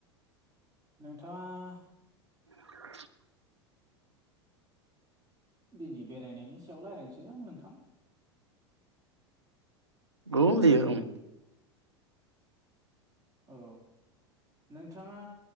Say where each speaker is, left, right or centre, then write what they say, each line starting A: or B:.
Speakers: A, on the right (about 25°); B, on the right (about 85°).
A: नोंथाङा
B: <inaudible>
A: दिनै बेरायनायनि सायाव रायज्लायनोसै आं नोंथां
B: गौ दैयो ओं
A: औ नोंथाङा